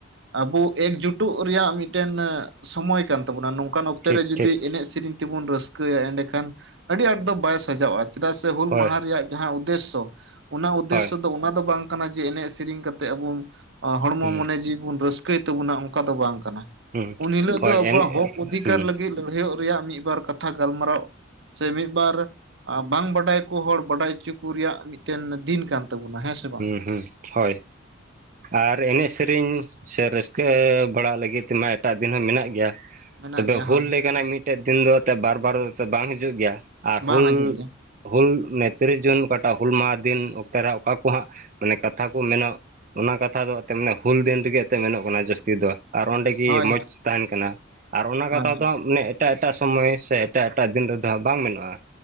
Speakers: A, on the right; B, on the right.
A: ᱟᱵᱚ᱾ ᱮᱠ ᱡᱩᱴᱩᱜ ᱨᱮᱭᱟᱜ ᱢᱤᱫᱴᱮᱱ ᱥᱚᱢᱚᱭ ᱠᱟᱱ ᱛᱟᱵᱚᱱᱟ ᱱᱚᱝᱠᱟᱱ ᱚᱠᱛᱮ
B: ᱴᱷᱤᱠ
A: ᱨᱮ ᱡᱩᱫᱤ
B: ᱴᱷᱤᱠ
A: ᱮᱱᱮᱡ ᱥᱮᱨᱮᱧ ᱛᱮᱵᱚᱱ ᱨᱟᱹᱥᱼᱼ ᱨᱤᱠᱟᱹᱭᱟ ᱮᱸᱰᱮᱠᱷᱟᱱ ᱟᱹᱰᱤ ᱟᱸᱴ ᱫᱚ ᱵᱟᱭ ᱥᱟᱡᱟᱜᱼᱟ ᱪᱮᱫᱟᱜ ᱥᱮ ᱦᱩᱞ ᱢᱟᱦᱟ
B: ᱦᱳᱭ
A: ᱨᱮᱭᱟᱜ ᱡᱟᱦᱟᱸ ᱩᱫᱽᱫᱮᱥᱚ᱾ ᱚᱱᱟ ᱩᱫᱽᱫᱮᱥᱚ
B: ᱦᱳᱭ
A: ᱫᱚ ᱚᱱᱟ ᱫᱚ ᱵᱟᱝ ᱠᱟᱱᱟ ᱡᱮ ᱮᱱᱮᱡ ᱥᱮᱨᱮᱧ ᱠᱟᱛᱮᱜ ᱟᱵᱚ ᱦᱚᱲᱢᱚ
B: ᱦᱩᱸ
A: ᱢᱚᱱᱮ ᱡᱤᱣᱤ ᱵᱚᱱ ᱨᱟᱹᱥᱼᱼ ᱛᱟᱵᱚᱱᱟ ᱚᱱᱠᱟ ᱫᱚ ᱵᱟᱝ ᱠᱟᱱᱟ
B: ᱦᱩᱸ
A: ᱩᱱ ᱦᱤᱞᱳᱜ ᱫᱚ
B: ᱦᱳᱭ
A: ᱟᱵᱚᱣᱟᱜ
B: ᱮᱱᱮᱡ
A: ᱦᱚᱠ ᱚᱫᱷᱤᱠᱟᱨ
B: ᱦᱩᱸ
A: ᱞᱟᱹᱜᱤᱫ᱾ ᱞᱟᱹᱲᱦᱟᱹᱭᱚᱜ ᱨᱮᱭᱟᱜ ᱢᱤᱫ ᱵᱟᱨ ᱠᱟᱛᱷᱟ ᱜᱟᱞᱢᱟᱨᱟᱣ ᱥᱮ ᱢᱤᱫ ᱵᱟᱨ ᱟᱸ᱾ ᱵᱟᱝ ᱵᱟᱰᱟᱭ ᱠᱚ ᱦᱚᱲ ᱵᱟᱰᱟᱭ ᱚᱪᱚ ᱠᱚ ᱨᱮᱭᱟᱜ ᱢᱤᱫᱴᱮᱱ ᱫᱤᱱ ᱠᱟᱱ ᱛᱟᱵᱚᱱᱟ ᱦᱮᱸ᱾ ᱥᱮ ᱵᱟᱝ
B: ᱦᱩᱸ ᱦᱩᱸ ᱦᱳᱭ ᱟᱨ ᱮᱱᱮᱡ ᱥᱮᱨᱮᱧ ᱥᱮ ᱨᱟᱹᱥᱠᱟᱹ ᱵᱟᱲᱟᱜ ᱞᱟᱹᱜᱤᱫ ᱛᱮᱢᱟ ᱮᱴᱟᱜ ᱫᱤᱱ ᱦᱚᱸ ᱢᱮᱱᱟᱜ ᱜᱮᱭᱟ᱾
A: ᱢᱮᱱᱟᱜ
B: ᱛᱚᱵᱮ
A: ᱜᱮᱭᱟ
B: ᱦᱩᱞ
A: ᱦᱳᱭ
B: ᱞᱮᱠᱟᱱᱟᱜ ᱢᱤᱫᱴᱮᱡ ᱫᱤᱱ ᱫᱚ ᱮᱱᱛᱮᱫ ᱵᱟᱨ ᱵᱟᱨ ᱵᱟᱝ ᱦᱤᱡᱩᱜ ᱜᱮᱭᱟ ᱟᱨ
A: ᱵᱟᱝ
B: ᱦᱩᱞ᱾
A: ᱦᱤᱡᱩᱜ ᱜᱮᱭᱟ
B: ᱦᱩᱞ ᱛᱤᱨᱤᱥ ᱡᱩᱱ ᱚᱠᱟᱴᱟᱜ ᱦᱩᱞ ᱢᱟᱦᱟ ᱫᱤᱱ ᱚᱠᱛᱮ ᱨᱮ ᱚᱠᱟ᱾ ᱦᱟᱸᱜ ᱢᱟᱱᱮ ᱠᱟᱛᱷᱟ ᱠᱚ ᱢᱮᱱᱚᱜ ᱚᱱᱟ ᱠᱚᱦᱟᱸ ᱢᱟᱱᱮ ᱠᱟᱛᱷᱟ ᱠᱚ ᱢᱮᱱᱟ ᱚᱱᱟ ᱠᱟᱛᱷᱟ ᱫᱚ ᱮᱱᱛᱮ ᱢᱟᱱᱮ ᱦᱩᱞ ᱫᱤᱱ ᱨᱮᱜᱮ ᱮᱱᱛᱮᱫ ᱢᱮᱱᱚᱜ ᱠᱟᱱᱟ ᱡᱟᱹᱥᱛᱤ ᱫᱚ᱾ ᱟᱨ ᱚᱸᱰᱮ ᱜᱮ
A: ᱦᱳᱭ
B: ᱢᱚᱡᱽ
A: ᱦᱳᱭ
B: ᱛᱟᱦᱮᱱ ᱠᱟᱱᱟ ᱟᱨ ᱚᱱᱟ ᱠᱟᱛᱷᱟ
A: ᱦᱳᱭ ᱦᱳᱭ᱾
B: ᱫᱚ ᱢᱟᱱᱮ᱾ ᱮᱴᱟᱜ ᱮᱴᱟᱜ ᱥᱚᱢᱚᱭ ᱥᱮ ᱮᱴᱟᱜ ᱮᱴᱟᱜ ᱫᱤᱱ ᱨᱮᱫᱚ ᱦᱟᱸᱜ ᱵᱟᱝ ᱢᱮᱱᱚᱜᱼᱟ